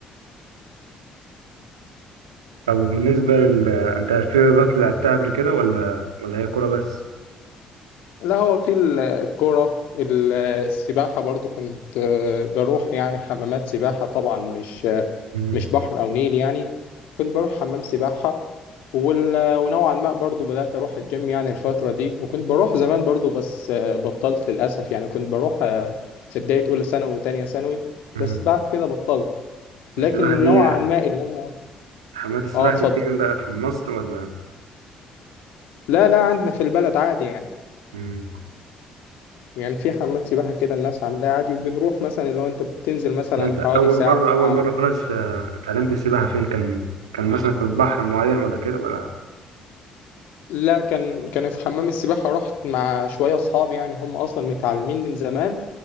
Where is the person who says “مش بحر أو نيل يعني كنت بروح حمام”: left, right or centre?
Left